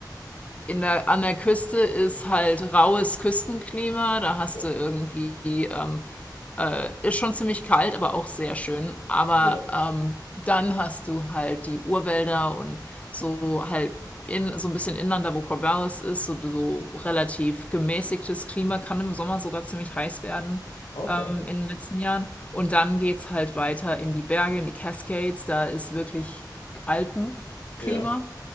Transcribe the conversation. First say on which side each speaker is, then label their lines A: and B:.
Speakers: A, on the left (about 20°); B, on the left (about 80°).
A: in der, an der Küste ist halt raues Küstenklima, da hast
B: ja,
A: du irgendwie ähm, ist schon ziemlich kalt, aber auch sehr schön. Aber
B: ja.
A: ähm, dann hast du halt die Urwälder und so halt in, so ein bisschen inland, da wo Corvallis ist, so, so relativ gemäßigtes Klima, kann im Sommer sogar ziemlich heiß werden
B: Okay.
A: ähm, in den letzten Jahren. Und dann geht's halt weiter in die Berge, in die Cascades, da ist wirklich Alpenklima
B: Ja.